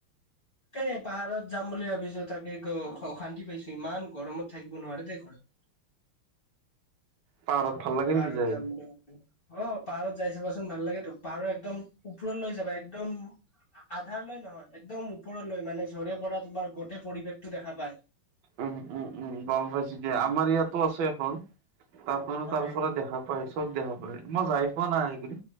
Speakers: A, on the left; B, on the right.
A: এ পাহাৰত যাম বুলি ভাবিছোঁ তাকে অশান্তি পাইছো ইমান গৰমত থাকিব নোৱাৰে দেই হয়।
B: পাহাৰত ভাল লাগে
A: পাহাৰত
B: নেকি যাই?
A: যাম বুলি অ, পাহাৰত যাই চাবাচ চুন ভাল লাগেতো পাহাৰৰ একদম উপৰলেই ওপৰৰত লৈ যাবা একদম। আধাৰ লৈ নহয় একদম ওপৰলৈ মানে জৰে পৰা তোমাৰ গোটেই পৰিৱেশতটো দেখা পায়।
B: উম-উম উম -গম পাইছো দিয়া আমাৰ ইয়াতো আছে এখন তাত মানে
A: হয়
B: তাৰ পৰা দেখাত পাই চব দেখা পায় মই যায় পোৱা নাই সিখিনি